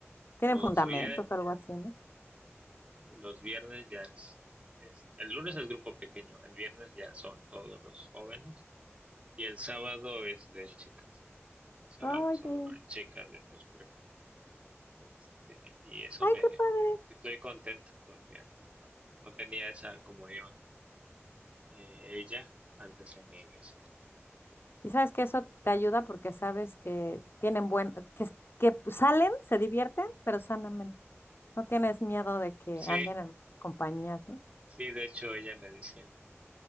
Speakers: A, on the left; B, on the right.
A: Tienen
B: los
A: fundamentos
B: viernes,
A: o algo así, ¿no?
B: y los viernes ya es, es- el lunes es grupo pequeño, el viernes ya son todos los jóvenes y el sábado es de chicas, el sábado
A: Oye,
B: solo hay chicas de posprepa y este, y eso
A: ay,
B: me,
A: qué padre.
B: como que estoy contento porque no, no tenía esa comunión eh, ella antes en la iglesia.
A: Y sabes que eso te ayuda porque sabes que tienen buen, que, s- que pues, salen, se divierten, pero sanamente. No tienes miedo de que
B: Sí,
A: anden en compañías, ¿no?
B: Sí, de hecho ella me dice,